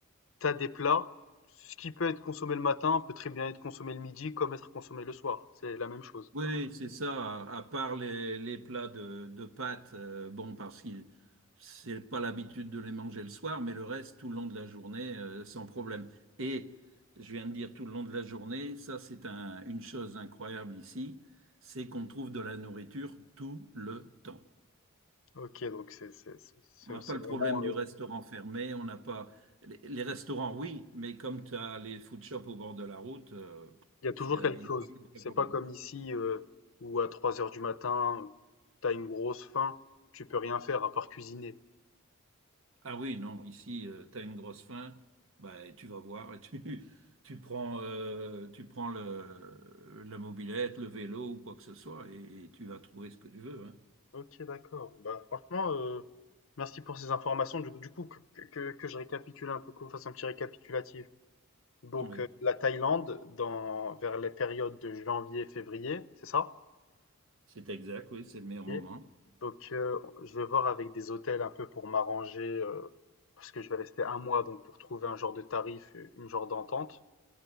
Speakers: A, on the left; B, on the right.
A: t'as des plats. Ce qui peut être consommé le matin peut très bien être consommé le midi comme être consommé le soir. C'est la même chose.
B: Oui, c'est ça, à, à part les, les plats de, de pâtes, euh, bon, parce que c'est pas l'habitude de les manger le soir, mais le reste, tout le long de la journée, euh, sans problème. Et je viens de dire tout le long de la journée, ça c'est un- une chose incroyable ici, c'est qu'on trouve de la nourriture tout le temps.
A: OK, donc c'est c'est c'est c'est-
B: On n'a
A: c'est
B: pas le
A: vraiment,
B: problème du
A: euh,
B: restaurant fermé, on n'a pas... Les, les restaurants, oui, mais comme tu as les food shops au bord de la route, euh,
A: il y a toujours
B: il y a,
A: quelque
B: il
A: chose.
B: y a vraiment pas
A: C'est
B: de problème.
A: pas comme ici euh, où à 3 heures du matin, t'as une grosse faim, tu peux rien faire à part cuisiner.
B: Ah oui, non, ici, tu as une grosse faim, bah, et tu vas voir, et tu, <laughs> tu prends, euh, tu prends le, la mobilette, le vélo ou quoi que ce soit, et, et tu vas trouver ce que tu veux. hein.
A: Ok, d'accord. Bah, franchement, euh, merci pour ces informations. Du, du coup, que, que, que je récapitule un peu, qu'on fasse un petit récapitulatif. Donc,
B: Oui,
A: euh, la Thaïlande, dans, vers les périodes de janvier, février, c'est ça?
B: c'est exact, oui, c'est le meilleur
A: Et
B: moment.
A: donc, euh, je vais voir avec des hôtels un peu pour m'arranger, euh, parce que je vais rester un mois, donc pour trouver un genre de tarif, euh, une genre d'entente.